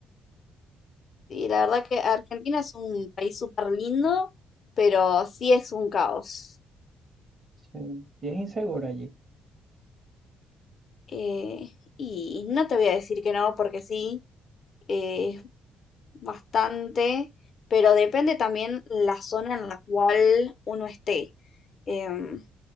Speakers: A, on the left; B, on the right.
A: Y la verdad que Argentina es un país súper lindo, pero sí es un caos.
B: Sí. Y es inseguro allí.
A: Eh, y no te voy a decir que no, porque sí. eh, es bastante, pero depende también la zona en la cual uno esté. Em,